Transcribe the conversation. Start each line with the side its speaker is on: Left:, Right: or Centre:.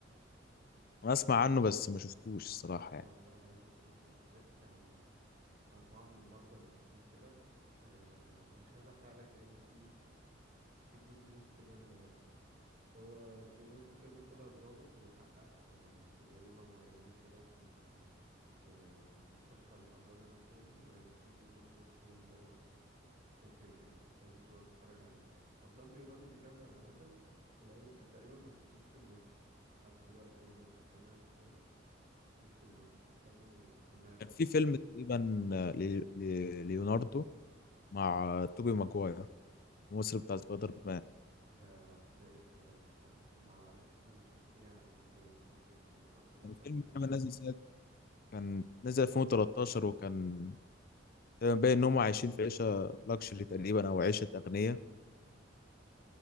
Left: انا اسمع عنه بس ما شفتوش الصراحه
Right: ده
Left: يعني
Right: بصراحة لازم تشوفه بيحكي عن مجموعة من المرضى النفسيين كده أه ومش عايز احرق لك لانه في في بلوت تويست جامدة يعني فهو ليوناردو دي كابريو طالع ضابط وبيحقق في في جريمة معينة كده في ال... في في مستشفى الأمراض النفسية دي وهيبقى في بلوت تويست جامدة أوي في ال... في الفيلم يعني لازم تبقى تتفرج عليه وأفلام ليوناردو دي كابريو عامة قليل آه، تقريبا ما شفتلوش فيلم وحش لحد دلوقتي يعني من الأفلام اللي أنا شفتها له ما شفتلوش فيلم وحش أفلامه كلها جامدة
Left: كان في فيلم تقريبا ل- ل- ليوناردو مع توبي ماجواير الممثل بتاع سبايدر مان
Right: ده ده امتى ده مش فاكر ما ما شفتوش احكي لي عنه كده يمكن اشوفه انا اصلا بحب افلام
Left: كان فيلم
Right: ليوناردو
Left: كان نازل سنة كان نزل 2013 وكان آه، باين ان هم عايشين في عيشه لاكشري تقريبا او عيشه اغنياء
Right: امم